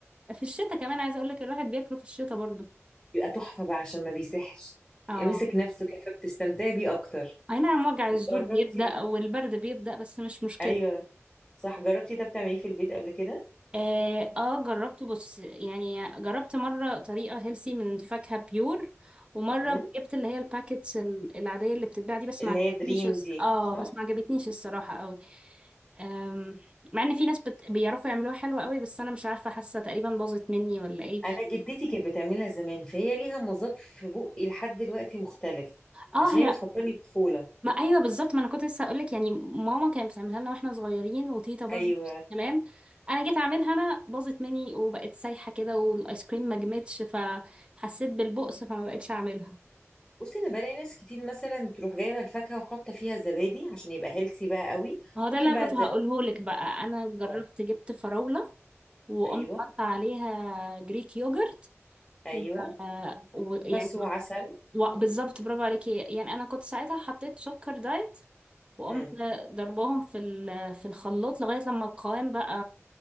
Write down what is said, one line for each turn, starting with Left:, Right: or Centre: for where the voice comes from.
Right: <laughs> في الشتاء كمان عايزة اقول لك الواحد بياكله في الشتاء برضو
Centre: يبقى تحفه بقى عشان ما بيسحش
Right: اه
Centre: يبقى ماسك نفسه كده فبتستمتعي بيه اكتر
Right: اي نعم وجع الزور
Centre: طب جربتي
Right: بيبدأ والبرد بيبدأ بس مش مشكلة
Centre: ايوه صح جربتي طب تعمليه في البيت قبل كده
Right: اه, آه جربته بص يعني جربت مرة طريقة هيلسي من فاكهة بيور ومرة
Centre: مم.
Right: جبت اللي هي الباكتس ال- العادية اللي بتتباع دي بس
Centre: اللي
Right: ما عجبتنيش
Centre: هي دريم
Right: الس-
Centre: دي
Right: اه
Centre: صح
Right: بس ما عجبتنيش الصراحة قوي آم، مع ان في ناس بت... بيعرفوا يعملوها حلوة قوي بس انا مش عارفة حاسة تقريبا باظت مني ولا ايه
Centre: انا جدتي كانت بتعملها زمان فهي ليها مذاق في بقي لحد دلوقتي مختلف
Right: اه
Centre: عشان
Right: هي
Centre: هي بتفكرني بطفوله
Right: ما ايوه بالظبط ما انا كنت لسه هقول لك يعني ماما كانت بتعملها لنا واحنا صغيرين وتيتا برضو
Centre: ايوه
Right: نفس الكلام انا جيت اعملها انا باظت مني وبقت سايحه كده والايس كريم ما جمدش فحسيت بالبؤس فما بقتش اعملها
Centre: بصي انا بلاقي ناس كتير مثلا تروح جايبه الفاكهه وحاطه فيها زبادي عشان يبقى هيلثي بقى قوي
Right: ما هو ده
Centre: ممكن
Right: اللي انا
Centre: بقى
Right: كنت
Centre: الزبادي
Right: هقوله لك بقى انا جربت
Centre: اه
Right: جبت فراوله وقمت
Centre: ايوه
Right: حاطه عليها جريك يوجرت
Centre: ايوه
Right: و- ويعني
Centre: بس وعسل
Right: و- بالظبط برافو عليكي يعني انا كنت ساعتها حطيت سكر دايت وقمت
Centre: مم.
Right: ضرباهم في ال- في الخلاط لغاية لما القوام بقى